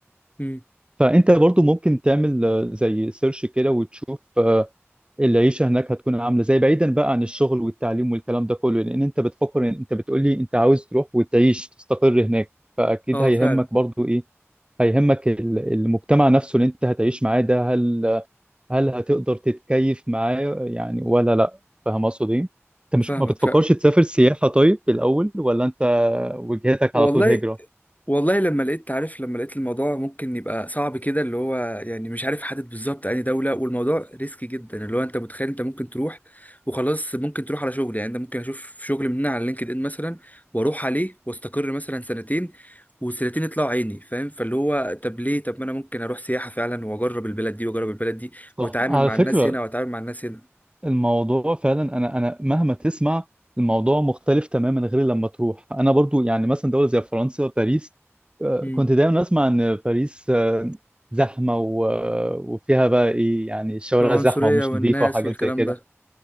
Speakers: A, on the left (about 35°); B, on the right (about 20°).
A: امم
B: فانت برضو ممكن تعمل آه، زي سيرش كده وتشوف آه، العيشه هناك هتكون عامله زي بعيدا بقى عن الشغل والتعليم والكلام ده كله لان انت بتفكر إن- انت بتقول لي انت عاوز تروح وتعيش تستقر هناك فاكيد
A: اه
B: هيهمك
A: فعلا
B: برضو ايه هيهمك ال- المجتمع نفسه اللي انت هتعيش معاه ده هل هل هتقدر تتكيف معاه يعني ولا لا فاهم اقصد ايه انت مش
A: فاهمك
B: ما بتفكرش
A: فعلا
B: تسافر سياحه طيب الاول ولا انت وجهتك
A: والله
B: على طول هجره
A: والله لما لقيت عارف لما لقيت الموضوع ممكن يبقى صعب كده اللي هو يعني مش عارف حدد بالظبط أي دولة والموضوع ريسكي جدا اللي هو أنت متخيل أنت ممكن تروح وخلاص ممكن تروح على شغل يعني أنت ممكن أشوف شغل مننا على لينكد إن مثلا وأروح عليه وأستقر مثلا سنتين والسنتين يطلعوا عيني فاهم فاللي هو طب ليه طب ما أنا ممكن أروح سياحة فعلا وأجرب البلد دي وأجرب البلد دي
B: صح
A: وأتعامل
B: على
A: مع
B: فكرة
A: الناس هنا وأتعامل مع الناس هنا
B: الموضوع فعلا انا انا مهما تسمع الموضوع مختلف تماما غير لما تروح انا برضو يعني مثلا دوله زي فرنسا وباريس آه،
A: امم
B: كنت دايما اسمع ان باريس آه، زحمه و- آه، وفيها بقى ايه يعني الشوارع
A: العنصرية
B: زحمه ومش
A: والناس
B: نظيفه وحاجات
A: والكلام
B: زي كده
A: ده